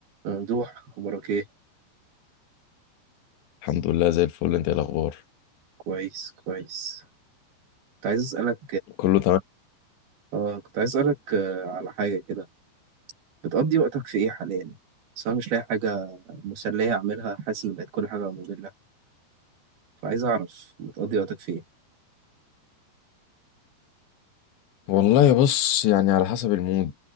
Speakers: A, on the right; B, on the left.
A: ممدوح أخبارك إيه؟
B: الحمد لله زي الفل انت ايه الاخبار
A: كويس كويس كنت عايز أسألك
B: كله تمام
A: آه كنت عايز أسألك آه على حاجة كده بتقضي وقتك في إيه حاليا؟ بس أنا مش لاقي حاجة مسلية أعملها حاسس إن بقت كل حاجة مملة فعايز أعرف بتقضي وقتك في إيه؟
B: والله بص يعني على حسب المود